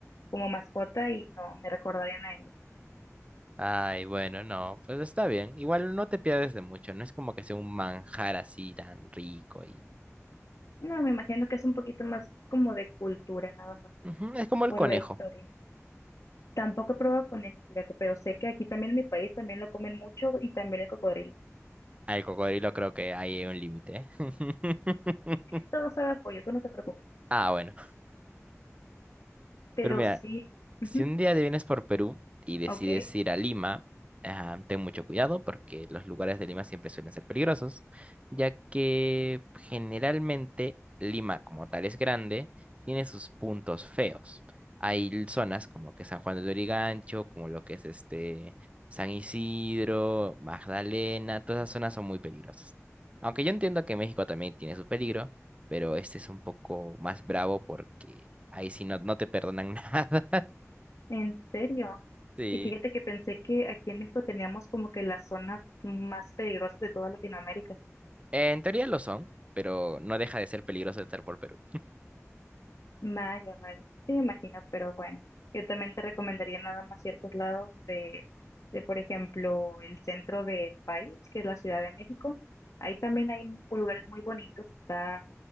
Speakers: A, on the left; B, on the right.
A: como mascota y no, me recordarían a ellos.
B: Ay, bueno, no, pues está bien. Igual no te pierdes de mucho, no es como que sea un manjar así tan rico y...
A: No, me imagino que es un poquito más como de cultura, nada más,
B: Ujú, Es como el
A: por
B: conejo.
A: la historia. Tampoco he probado con ellos, fíjate, pero sé que aquí también en mi país también lo comen mucho y también el cocodrilo.
B: Al cocodrilo creo que ahí hay un límite. ¿eh? <laughs>
A: Todo sabe a pollo, tú no te preocupes.
B: Ah, bueno.
A: Pero
B: Pero mira,
A: sí, ujú,
B: si un día te vienes por Perú y decides
A: ok.
B: ir a Lima, ah, ten mucho cuidado porque los lugares de Lima siempre suelen ser peligrosos, ya que generalmente Lima como tal es grande, tiene sus puntos feos. Hay l- zonas como que San Juan de Lurigancho, como lo que es este San Isidro, Magdalena, todas esas zonas son muy peligrosas. Aunque yo entiendo que México también tiene su peligro, pero este es un poco más bravo porque ahí sí no, no te perdonan <laughs> nada
A: En serio.
B: Sí,
A: Y fíjate que pensé que aquí en México teníamos como que las zonas más peligrosas de toda Latinoamérica.
B: eh, en teoría lo son, pero no deja de ser peligroso estar por Perú.
A: Vaya, vaya. Sí, me imagino, pero bueno. Yo también te recomendaría nada más ciertos lados de, de, por ejemplo, el centro del país, que es la Ciudad de México. Ahí también hay mu- lugares muy bonitos. Está